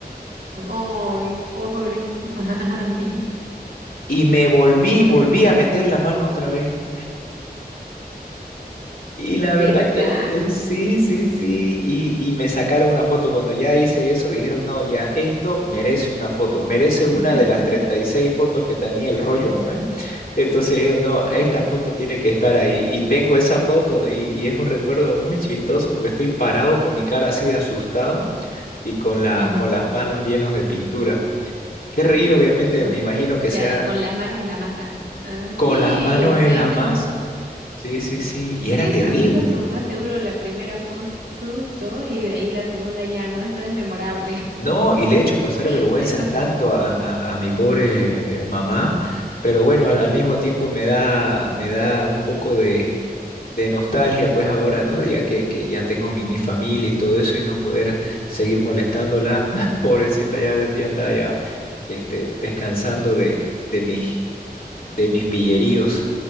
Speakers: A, on the right; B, on the left.
A: Ay, pobre tu <laughs> mami.
B: Y me volví,
A: Pobrecito.
B: volví a meter la mano otra vez. Y la verdad
A: ¿Verdad?
B: que eh, sí, sí, sí. Y, y me sacaron una foto. Cuando ya hice eso, dijeron, no, ya esto merece una foto. Merece
A: <laughs>
B: una de las treinta y seis fotos que tenía el rollo, ¿no? ¿Eh? Entonces dijeron, no, esta foto tiene que estar ahí. Y tengo esa foto y, y es un recuerdo muy chistoso porque estoy parado con mi cara así de asustado y con la,
A: Ujú.
B: con las manos llenas de pintura. Qué reír, obviamente,
A: O
B: me imagino que
A: sea,
B: sea
A: con las manos en la masa. Ah,
B: con
A: sí,
B: las manos
A: o sea,
B: en la
A: en ese
B: masa.
A: momento,
B: Sí, sí, sí, y era
A: en ese
B: terrible.
A: momento tu mamá seguro la primera fue un susto y de ahí la segunda ya no, esto es memorable.
B: No, y le he hecho pasar
A: <laughs>
B: vergüenzas
A: Entonces,
B: tanto a, a- a mi pobre eh, mamá, pero bueno, al, al mismo tiempo me da, me da un poco de, de nostalgia, pues ahora, ¿no? Ya que, que ya tengo mi, mi familia y todo eso y no poder seguir molestándola, <laughs> pobrecita, ya, ya está ya este, descansando de, de mis, de mis pilleríos.